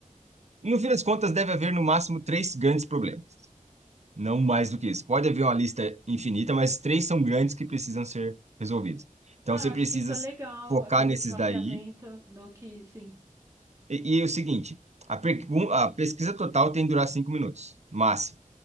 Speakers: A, on the right; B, on the right.
A: No fim das contas, deve haver no máximo três grandes problemas. Não mais do que isso. Pode haver uma lista infinita, mas três são grandes que precisam ser resolvidos. Então
B: Ah,
A: você
B: eu acho
A: precisa
B: que isso é legal,
A: focar
B: é fazer
A: nesses
B: esse mapeamento
A: daí.
B: do que, sim.
A: E, e é o seguinte: a, pergu- a pesquisa total tem que durar cinco minutos, máximo.